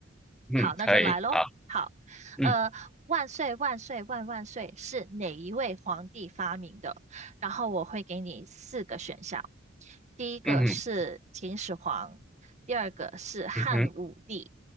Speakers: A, in the centre; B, on the right.
A: 嗯，
B: 好，那就来喽。
A: 可以，好，
B: 好，
A: 嗯
B: 呃，万岁万岁万万岁是哪一位皇帝发明的？然后我会给你四个选项，第一个是秦始皇，
A: 嗯哼
B: 第二个是汉武帝，
A: 嗯哼